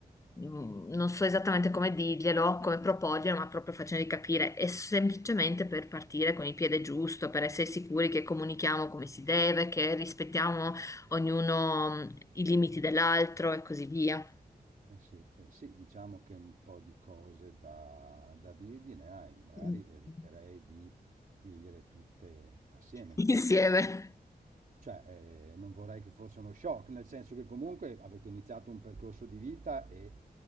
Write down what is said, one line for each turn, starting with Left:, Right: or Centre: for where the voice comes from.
Left: Mm, non so esattamente come dirglielo, come proporglielo, ma proprio facendogli capire, è semplicemente per partire con il piede giusto, per essere sicuri che comunichiamo come si deve, che rispettiamo ognuno mm, i limiti dell'altro e così via.
Right: eh sì, eh sì, diciamo che un po' di cose da, da dirgli ne hai, magari
Left: Mm.
Right: eviterei
Left: <laughs>
Right: di dirgliele tutte assieme.
Left: Insieme.
Right: Cioè, ehm, non vorrei che fosse uno shock, nel senso che comunque avete iniziato un percorso di vita e,